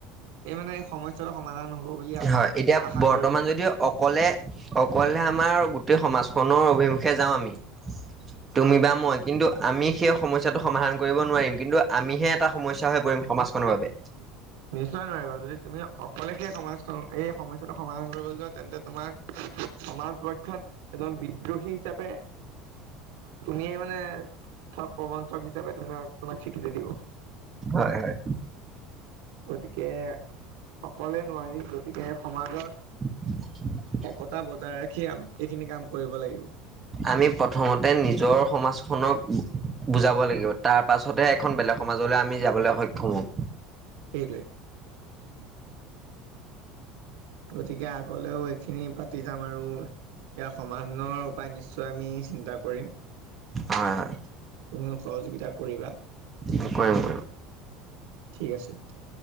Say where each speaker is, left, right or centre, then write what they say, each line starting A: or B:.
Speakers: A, on the right; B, on the right.
A: এই মানে সমস্যাটো সমাধান হ'ব বুলিয়
B: হয়, এতিয়া
A: আশা
B: বৰ্তমান
A: কৰিব পাৰি।
B: যদি অকলে, অকলে আমাৰ গোটেই, সমাজখনৰ অভিমুখে যাওঁ আমি। তুমি
A: হয়
B: বা মই কিন্তু, আমি সেই, সমস্যাটো সমাধান কৰিব নোৱাৰিম। কিন্তু আমিহে এটা সমস্যা হৈ পৰিম, সমাজখনৰ বাবে।
A: নিশ্চয় নোৱাৰিবা, যদি তুমি অকলে সেই, সমাজখন এই সমস্যাটো সমাধান কৰিবলৈ যোৱা, তেন্তে তোমাক সমাজপক্ষত এজন বিদ্ৰোহী হিচাপে, তুমিয়ে মানে থগ, প্ৰবঞ্চক হিচাপে তোমাক, তোমাক স্বীকৃতি দিব।
B: হয়, হয়।
A: গতিকে অকলে নোৱাৰি, গতিকে সমাজৰ
B: <inaudible>
A: একতা বজাই ৰাখি, আম, এইখিনি কাম কৰিব লাগিব।
B: আমি প্ৰথমতে নিজৰ সমাজখনক। বুজাব লাগিব, তাৰপাছতহে এখন বেলেগ সমাজলৈ, আমি যাবলৈ সক্ষম হওঁ।
A: সেইটোৱে। গতিকে আগলেও, এইখিনি পাতি যাম, আৰু ইয়াৰ সমাধানৰ উপায়, নিশ্চয় আমি চিন্তা কৰিম।
B: হয় হয়
A: তুমিও সহযোগিতা কৰিবা।
B: কৰিম কৰিম
A: ঠিক আছে, তেতিয়া।